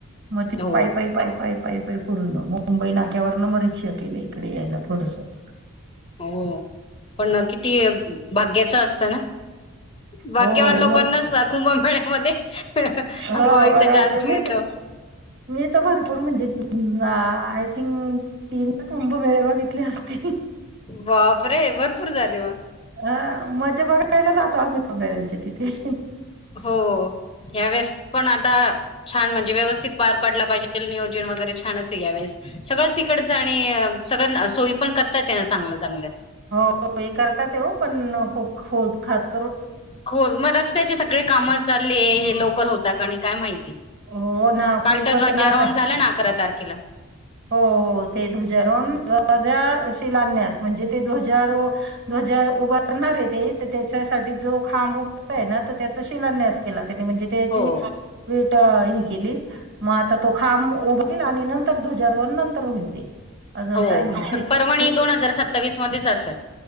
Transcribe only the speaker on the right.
म ते
पायी पयी - पाय पाय पाय पाय पूर्ण मुंबई नाक्यावरंन म रिकक्षा केली इकडे यायला थोडस -
हो
मग
हो बरोबर
मी तर मी तर भरपूर म्हणजे आ - थिंग तीन कुंभ मेळे बघितली असतील.
हा मजा बघायला जातो आम्ही <inaudible> च्या तिथे-
हो हे करताताव पण खूप खोद खात-
हो ना
खूपच
ना आता
हो हो ते ध्वजारोन धवजा शिलाण्यास म्हणजे ते ध्वजारो- ध्वजा उभारणार आहे ते तर त्याच्यासाठी जो खांब उभरलाय ना तर त्याचा शिलान्यास केला त्यानी म्हणजे- त्याची
विट हे केली- मग आता तो खांब उभरिईल आणि नंतर ध्वजारोण नंतर होईल ते- अजून
टाईम आहे
हे
हे